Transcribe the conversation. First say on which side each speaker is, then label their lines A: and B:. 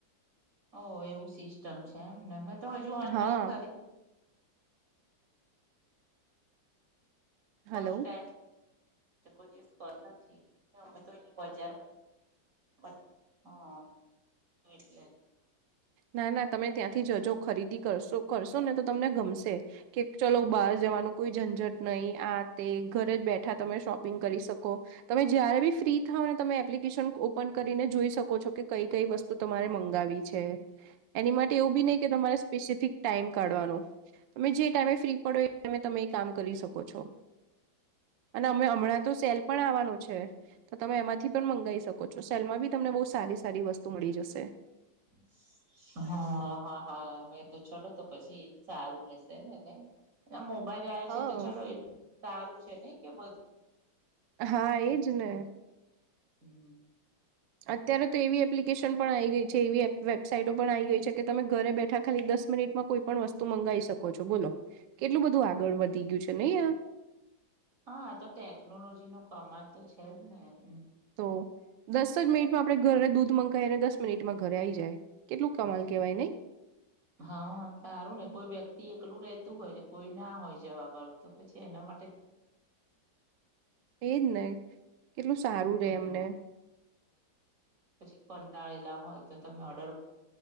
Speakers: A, on the right; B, on the right.
A: ઓ એવું સિસ્ટમ છે એમને મેં તો હજુ ઓનલાઈન
B: હા
A: ખરી. ટમ
B: હલો
A: કોઈ નથી અમે તો અહી બજાર. બ હા વટલે
B: ના ના તમે ત્યાંથી જ જો ખરીદી કરશો કરશો ને તો તમને ગમશે કે. ચલોો બહાર જવાનું કોઈ ઝંઝટ નહીિ આ તે ઘરે જ બેઠા તમે શોપિંગ કરી શકો. તમે જયારે બી ફ્રી થાવ ને તમે એપ્લિકેશન ઓપન કરીને જોઈ શકો છો કે કઈ કઈ વસ્તુ. તો તમારે મંગાવી છે એની માટે એવું બી નહી કે તમારે સ્પેસિફિક. ટાઈમ કાઢવાનો તમે જે ટાઈમે ફ્રી પડો એ ટાઈમે તમે એ કામ કરી શકો છો. અને અમે હમણાં તો સેલ પણ આવવાનું છે તો તમે એમાંથી પણ મંગાવી શકો છો સેલમાં બી તમને બહુ સારી સારી વસ્તુ મળી જશે
A: <inaudible> હા, હા, હા, મેં તો ચલો તો પછી સારું રહેેશેનેને મો બજ આયે છે
B: હા
A: તો ચલો એટલું સારું છે નહી કે બધું
B: હા
A: બધું
B: એજ ને.
A: હમ.
B: અત્યારે તો એવી એપ્લિકેશન પણ આવી ગઈ છે. એવી વેબસાાઈટો પણ આવી ગઈ છે કે તમે ઘરે બેઠા ખાલી દસ મિનિટમાં કોઈ પણ વસ્તુ મંગાવી શકો છો બોલો કેટલું બધું આગળ વધી ગયું છે નહી આ.
A: હા, તો ટેકનોલોજીનો કમાલ તો છે જ ને હ
B: તો, દસ જ મિનિટમાં આપણે ઘરે દૂધ મંગાય અને દસ મિનિટમાં ઘરે આવી જાય કેટલું કમાલ કેવાય નહી
A: હા, સારું ને કોઈ વ્યક્તિ એકલું રેતું હોય ને કોઈ ના હોય જવા વાળુ તો પછી એના માટે
B: એજ ને કેટલું સારું રે
A: તમને
B: એમને
A: પછી કંટાળેલા હોય તો તમે ઓર્ડર